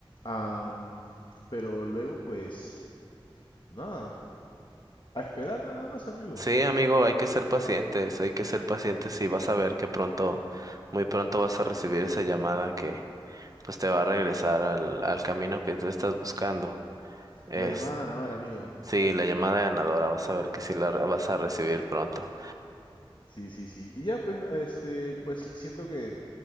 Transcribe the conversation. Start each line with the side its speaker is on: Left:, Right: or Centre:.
Left: Am, pero luego, pues, nada, a esperar nada más, amigo.
Right: sí, amigo, hay que ser pacientes, hay que ser pacientes y vas a ver que pronto, muy pronto vas a recibir esa llamada que pues te va a regresar al, al camino que tú estás buscando. Es,
Left: La llamada ganadora, amigo.
Right: sí, la llamada ganadora, vas a ver que sí la re- vas a recibir pronto.
Left: Sí, sí, sí. Y ya, pues, este, pues siento que